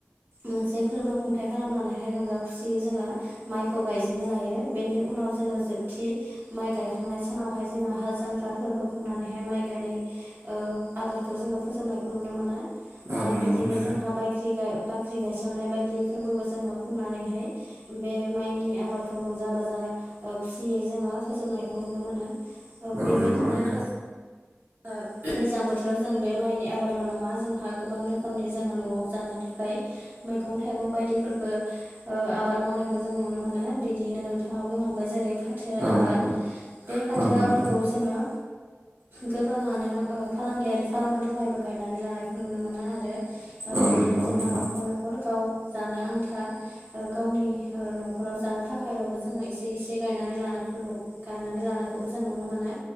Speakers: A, on the right; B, on the right.
A: मोनसे फोरबो खुंथायाइ खालामनानैहाय रंजा खुसियै जोङो माइखौ गायजेननो लायो बेनि उन नाव जोङो जोबथि माइ गायखांनाय सानावहाय जोङो हा जांख्रा फोरबो खुंनानै बेहाय माइ गायनाय आबादखौ जोंङो फोजोबनायखौ नुनो मोनो
B: औ नंगौ नोंथां औ
A: आरो
B: नंगौ
A: बिदिनो
B: नोंथां
A: जोंहा बायख्रि गाय बाख्रि गायसननाय बायदि फोरबोबो जोंङो खुंनानैहाय बे माइनि आबादखौ रंजा बाजा खुसियै जोंङो फोजोबनायखौ नुनो मोनो ओ
B: औ
A: बेबायदिनो
B: नोंगौ नोंथां
A: जों दैज्लां बोथोराव जों बे माइनि आबादल नंङा जोंहा गोबां रोखोमनि जोंङो नआव जानो थाखाय मैगं थाइगं बायदिफोरबो आबाद मावनायखौ जों नुनो मोनो बिदियैनो नोंथांङा बुंलांबाय जेरै फाथो
B: औ
A: आबाद
B: नंगौ
A: बे फाथो
B: औ नंगौ
A: आबादखौ जोंङो गोबांङानो फालांगियारि खालामनो थाखायबो गायनानै लानायखौ नुनो मोनो आरो
B: औ
A: बिदिनो
B: नंगौ
A: जोंहा
B: नोंथां
A: नखर नखर गाव जानो आन्था गावनि नखराव जानो थाखायलबो जोंङो एसे एसे गायनानै लानाय गायनानै लानायखौबो जों नुनो मोनो